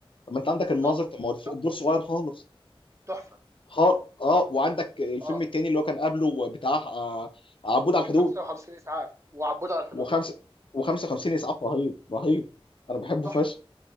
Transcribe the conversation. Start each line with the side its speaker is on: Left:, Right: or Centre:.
Left: طب ما انت عندك الناظر
Right: اه
Left: طب ما هو الف-
Right: ت-
Left: الدور صغير خالص
Right: تحفه
Left: خالص اه وعندك الفيلم
Right: اه
Left: التاني اللي هو كان قبله بتاع آه، عبود على الحدود
Right: 55 اسعاف وعبود على الحدود
Left: وخمسة و55 اسعاف رهيب رهيب انا بحبه
Right: تحفه
Left: فشخ